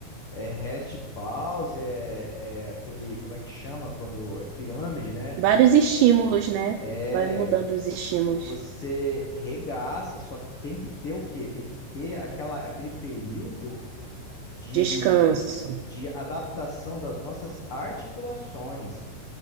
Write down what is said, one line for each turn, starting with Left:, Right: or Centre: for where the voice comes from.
Left: É rest pause, é, é aquele, como é que chama quando é pirâmide, né?
Right: Vários estímulos, né?
Left: É
Right: Vai mudando
Left: que,
Right: os estímulos.
Left: que você regaça, só que tem que ter o quê? Tem que ter aquela, aquele período de,
Right: Descanso.
Left: de adaptação das nossas articulações